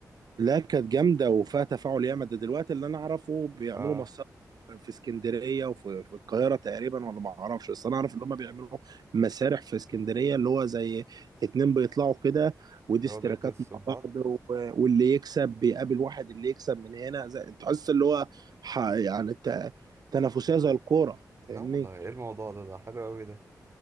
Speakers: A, on the right (about 70°); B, on the right (about 40°).
A: لا كانت جامده وفيها تفاعل ياما ده دلوقتي اللي انا اعرفه بيعملوا
B: اه
A: مسرح في اسكندريه وفي في القاهره تقريبا ولا ما اعرفش بس انا اعرف ان هم بيعملوا مسارح في اسكندريه اللي هو زي اتنين بيطلعوا كده ودي
B: يقعدوا
A: اشتراكات
B: يدسوا
A: مع
B: في بعض
A: بعض و- واللي يكسب بيقابل واحد اللي يكسب من هنا زي تحس اللي هو ح- يعني الت- تنافسيه زي الكوره فاهمني
B: لا والله ايه الموضوع ده ده حلو قوي ده